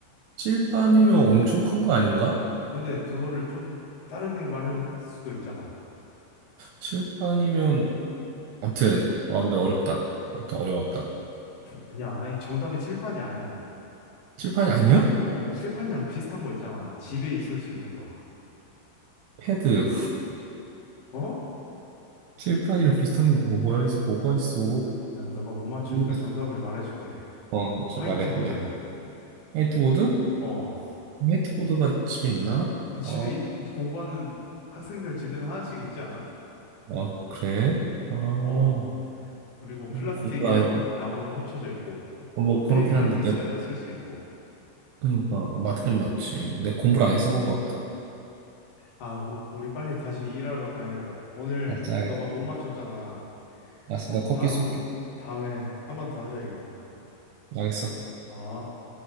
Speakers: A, on the right; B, on the left.
A: 칠판이면 엄청 큰 거 아닌가?
B: 근데 그거를 좀 다르게 말할 수도 있잖아.
A: 칠판이면 아무튼 아 근데 어렵다. 아무튼 어려웠다.
B: 아니야. 아이, 정답이 칠판이 아니야.
A: 칠판이 아니야?
B: 어, 칠판이랑 비슷한 거 있잖아. 집에 있을 수 있는 거.
A: 패드.
B: 어?
A: 칠판이랑 비슷한 게 뭐가 있어? 뭐가 있어?
B: 나 너가 못 맞추니까
A: 모르겠어.
B: 정답을 말해줄게.
A: 어, 이제
B: 화이트보드.
A: 말해 그냥. 화이트보드?
B: 어.
A: 화이트보드가 집에 있나?
B: 어, 집에
A: 아,
B: 공부하는 학생들 집에는 하나씩 있지 않아?
A: 아 그래? 아
B: 어. 그리고 플라스틱이랑
A: 공부 안 해서
B: 나무로 합쳐져 있고,
A: 어, 뭐
B: 뭐
A: 그렇긴
B: 펜이랑
A: 한데
B: 있어야
A: 내가
B: 쓸 수 있고.
A: 그러니까 맞긴 맞지. 내가 공부를 안 해서 그런가 보다.
B: 아, 우- 우리 빨리 다시 일하러 가야겠다. 오늘
A: 맞아 알겠어.
B: 너가 못 맞췄잖아.
A: 알았어
B: 어,
A: 나 커피
B: 다음,
A: 쏠게.
B: 다음에 한 번 더 하자, 이거.
A: 알겠어.
B: 어.